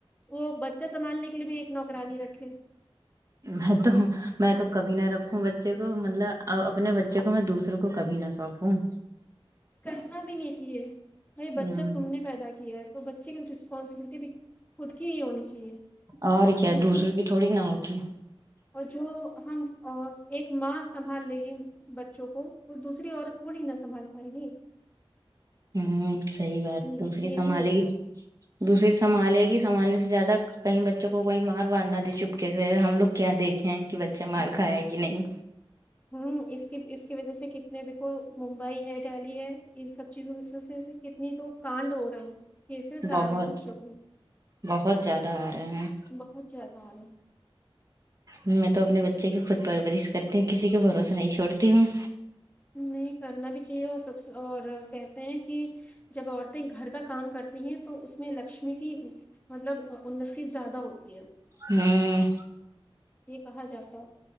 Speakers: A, on the left (about 15°); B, on the right (about 35°).
A: وہ بچہ سنبھالنے کے لیے بھی ایک نوکرانی رکھے
B: میں تو میں تو کبھی نہ رکھوں بچے کو مطلب اپنے بچے کو میں دوسروں کو کبھی نہ سوپوں کون
A: کرنا بھی نہیں چاہیے بھائی
B: جائے
A: بچہ
B: ہوں
A: تم نے پیدا کیا ہے تو بچے کی رسپانسبلٹی بھی خود کی ہی ہونی چاہیے
B: اور کیا
A: دوسرے
B: دوسروں کی تھوڑی نا ہوگی
A: اور جو ہم ا ایک ماں سنبھال لےگی بچوں کو تو دوسری عورت تھوڑی نہ سنبھال پائے گی
B: ہوں صحیح بات
A: یہ
B: دوسری
A: بھی یہ
B: سنبھالے
A: بھی ہوتا
B: گی
A: ہے
B: دوسری سنبھالے گی سنبھالنے سے زیادہ کہیں بچوں کو کوئی مار وار نہ دے چپکے سے ہم لوگ کیا دیکھیں کہ بچہ مار کھایا کہ نہیں
A: ہوں اس کی اس کی وجہ سے کتنے دیکھو ممبئی ہے دہلی ہے ان سب چیزوں کی وجہ سے کتنی تو کانڈ ہو رہے ہیں کیسز
B: بہت
A: آ رہے ہیں بچوں کے
B: بہت زیادہ آ رہے ہیں
A: بہت زیادہ آ رہے ہیں
B: میں تو اپنے بچے کی خود پرورش کرتی ہوں کسی کے بھروسے نہیں چھوڑتی ہوں
A: نہیں کرنا بھی چاہیے اور سب سے اور کہتے ہیں کہ جب عورتیں گھر کا کام کرتی ہیں تو اس میں لکشمی کی مطلب اناتی زیادہ ہوتی ہے
B: ہوں
A: یہ کہا جیسا